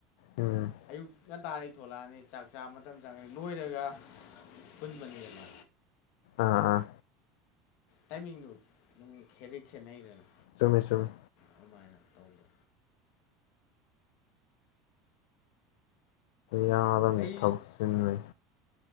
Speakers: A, on the left (about 85°); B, on the left (about 55°).
A: ꯎꯝ
B: ꯑꯌꯨꯛ ꯉꯟꯇꯥꯔꯩ ꯊꯣꯛꯂꯛꯑꯅꯤ ꯆꯥꯛ ꯆꯥ ꯃꯇꯝ ꯆꯪꯉꯅꯤ ꯂꯣꯏꯔꯒ ꯄꯨꯟꯕꯅꯤꯅ
A: ꯑꯥꯑꯥ
B: ꯇꯥꯏꯃꯤꯡꯗꯨ ꯑꯗꯨꯝ ꯈꯦꯠꯩ ꯈꯦꯠꯅꯩꯗꯅ
A: ꯆꯨꯝꯃꯦ ꯆꯨꯝꯃꯦ
B: ꯑꯗꯨꯃꯥꯏꯅ ꯇꯧꯕ
A: ꯌꯥꯔꯅꯤ
B: ꯑꯩ
A: ꯊꯧꯁꯤꯟꯅꯩ